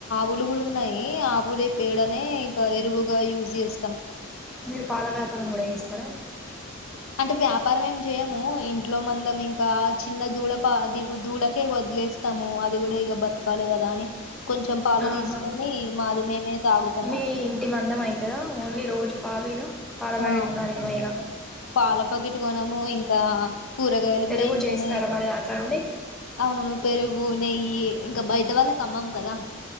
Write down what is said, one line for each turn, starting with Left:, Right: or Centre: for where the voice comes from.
Left: ఉలుగులు ఉన్నయి ఆవులి పేడనే ఇంక ఎరువుగా యూజ్ చేస్తాం.
Centre: మీరు పాల వ్యాపారం కూడా చేస్తరా?
Left: అంటే వ్యాపారం ఏం చేయము, ఇంట్లో మందం ఇంకా చిన్న దూడ ప ది దూడకే వదిలే ఏస్తాము అది కూడా ఇగ బతకాలె కదా అని, కొంచెం పాలు
Centre: ఆహా
Left: తీసుకొని మాది మేమే తాగుతాము.
Centre: మీ ఇంటి మందం ఐతదా, ఓన్లీ రోజు పాలు ఇగ పాల ప్యాకెట్
Left: ఆ!
Centre: కొనరేమో ఇగ,
Left: పాల పాకెట్ గొనము. ఇంకా కూరగాయలు
Centre: పెరుగు
Left: గూడా ఇంట్లోనే
Centre: చేస్ స్తరా మరి దాంట్ల నుండి
Left: అవును పెరుగు నెయ్యి ఇంకా బయట వాళ్ళకి అమ్మం కదా.